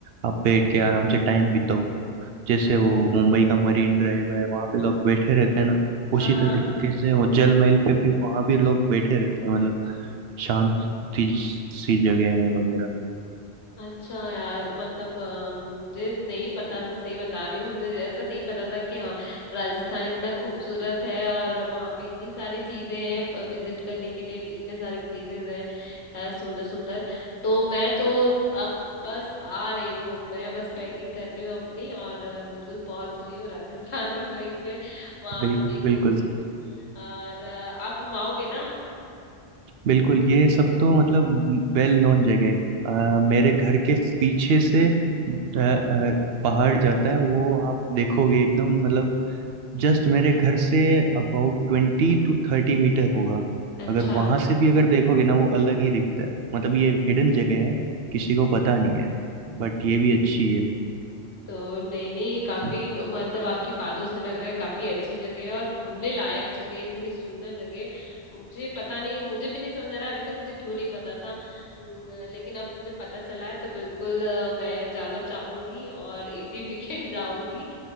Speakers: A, on the right; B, on the left.
A: आप बैठ के आराम से टाइम बिताओ जैसे वो मुंबई का मरीन ड्राइव है वहां पे लोग बैठे रहते हैं ना उसी
B: हाँ हाँ
A: तरीके से वो जल महल पे भी वहां भी लोग बैठे रहते हैं मतलब शांत सी सी जगह है वगैरह
B: अच्छा यार मतलब अ, मुझे नहीं पता था सही बता रही हूँ मुझे ऐसा नहीं पता था कि हाँ राजस्थान इतना खूबसूरत है और वहाँ पे इतनी सारी चीजें हैं विजिट करने के लिए इतने सारे प्लेसेस हैं सुंदर सुंदर तो मैं तो अब बस आ रही हूँ मैं बस पैकिंग कर रही हूँ अपनी और अ, बिल्कुल पहुंच रही हूँ राजस्थान ही वहीं पे वहाँ
A: बिल्कुल
B: पे देखूंगी
A: बिल्कुल
B: और अ, आप घुमाओगे ना
A: बिल्कुल ये सब तो मतलब वेल नोन जगह है अ, मेरे घर के पीछे से अ, अ, पहाड़ जाता है वो आप देखोगे एकदम मतलब जस्ट मेरे घर से about twenty to thirty metre होगा
B: अच्छा
A: अगर वहां से भी अगर देखोगे ना वो अलग ही दिखता है मतलब ये हिडन जगह है किसी को पता नहीं है बट ये भी अच्छी है
B: तो नहीं नहीं काफी
A: हाँ,
B: मतलब आपकी बातों से लग रहा है काफी अच्छी जगह है और घूमने लायक जगह इतनी सुंदर जगह मुझे पता नहीं मुझे भी नहीं समझ आ रहा अभी तक मुझे क्यों नहीं पता था अम, लेकिन अब मुझे पता चला है तो बिल्कुल अ, मैं जाना चाहूंगी और इसी <laughs> वीकेंड जाऊंगी